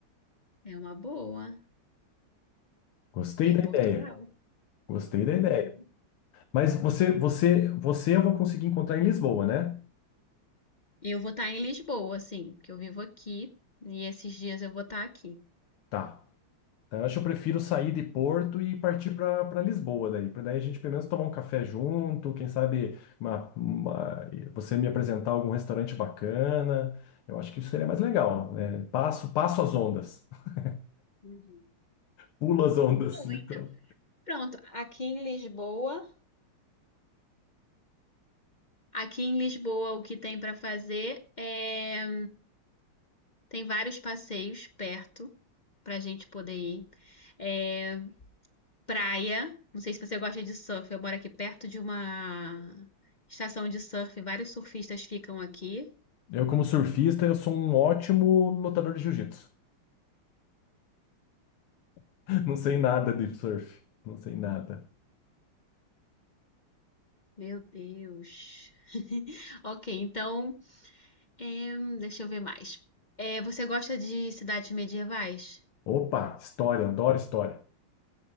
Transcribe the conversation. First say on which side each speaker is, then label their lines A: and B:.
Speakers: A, on the left (about 55°); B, on the left (about 90°).
A: É uma boa.
B: Gostei
A: É
B: da
A: em
B: ideia.
A: Portugal.
B: Gostei da
A: Uhum.
B: ideia. Mas você, você, você eu vou conseguir encontrar em Lisboa, né?
A: E eu vou estar em Lisboa, assim, que eu vivo aqui e esses dias eu vou estar aqui.
B: Tá. Tá, Eu acho que eu prefiro sair de Porto e partir para para Lisboa daí, para daí a gente pelo menos tomar um café junto, quem sabe uma- uma- você me apresentar algum restaurante bacana. Eu acho que isso seria mais legal, né? Passo, passo as ondas, <laughs>
A: Uhum.
B: pulo as ondas,
A: Bom,
B: literal.
A: então, pronto, aqui em Lisboa, aqui em Lisboa o que tem para fazer é tem vários passeios perto pra gente poder ir. É, praia, não sei se você gosta de surf, eu moro aqui perto de uma estação de surf, vários surfistas ficam aqui.
B: Eu como surfista, eu sou um ótimo lutador de jiu-jitsu. <laughs> Não sei nada de surf, não sei nada.
A: Meu Deus. <laughs> Ok, então É, hum, deixa eu ver mais. É, você gosta de cidades medievais?
B: Opa, história, adoro história.